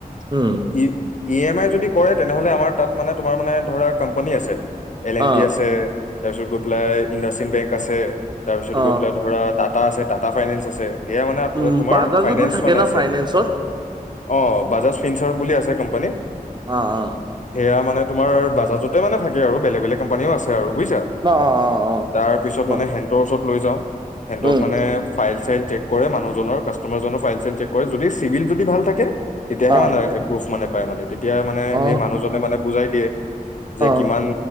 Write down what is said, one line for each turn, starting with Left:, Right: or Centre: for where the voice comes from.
Right: উম
Left: ই ই এম আই যদি কৰে তেনেহ'লে আমাৰ তাত মানে তোমাৰ মানে ধৰা কোম্পানী আছে এল
Right: অ
Left: এন টি আছে তাৰপিছত গৈ পেলাই ইণ্ডাচ বেংক আছে তাৰপিছত
Right: অ
Left: গৈ পেলাই ধৰা তাত টা আছে টাটা ফাইনেন্স আছে সেয়া মানে
Right: উম
Left: তোমাৰ
Right: বাজাজতো
Left: ফাইনেজ
Right: থাকে ন
Left: আছে
Right: ফাইনেন্সত
Left: অ বাজাজ বুলি আছে কম্পেনী
Right: অ অ
Left: সেয়া মানে তোমাৰ বাজাজতে মানে থাকে আৰু বেলেগ বেলেগ কম্পানীও আছে আৰু বুজিছা
Right: অ অ অ অ
Left: তাৰ পিছত
Right: কোৱা
Left: মানে হেটৰ ওচৰত লৈ যাওঁ সেতক
Right: উম
Left: মানে ফাইল চাইল ট্ৰেক কৰে মানুহজনৰ কাষ্টমাৰ জনৰ ফাইল চাইল চেক কৰে যদি চিবিল যদি ভাল থাকে তেতিয়াহে
Right: অ
Left: মানে এপ্ৰোভ মানে পাই মানে তেতিয়া মানে
Right: অ
Left: সেই মানুহজনে মানে বুজাই দিয়ে যে
Right: অ
Left: কিমান